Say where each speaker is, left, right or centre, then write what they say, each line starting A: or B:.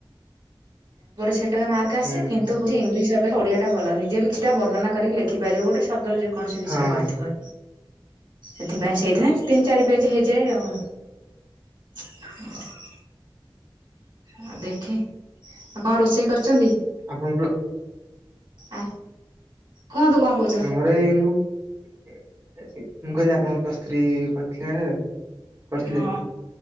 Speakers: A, on the right; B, on the right.
A: ସେଟାରେ ମାର୍କ ଆସେ
B: ହୁଁ
A: କି କିନ୍ତୁ ଇଂଲିଶ ଅପେକ୍ଷା ଓଡିଆ ଟା ଭଲ ନିଜେ କିଛି ଟା ବର୍ଣ୍ଣନା କରି ଲେଖିପାରିବ ଗୋଟେ ଶବ୍ଦ ଯେ କୌଣସି ବିଷୟରେ
B: ହଁ।
A: ପଡିଥାଉ ସେଥିପାଇଁ
B: ହୁଁ
A: ସେଇଥିାଇଁ
B: ହୁଁ।
A: ତିନି ଚାରି ପେଜ ହେଇଯାଏ ଆଉ। ହୁଁ। ଆଉ ଦେଖେ ଆଉ କଣ ରୋଷେଇ କରିଛନ୍ତି?
B: ଆପଣ ପିଅ
A: ଆ କଣ ତୁ କଣ କହୁ
B: ଆମର ଏଇନୁ ମୁଁ କହିଲି ଆପଣ ପ୍ଲସ୍ ଥ୍ରୀ କରିଥିଲେ କରିଥିଲେ
A: ହଁ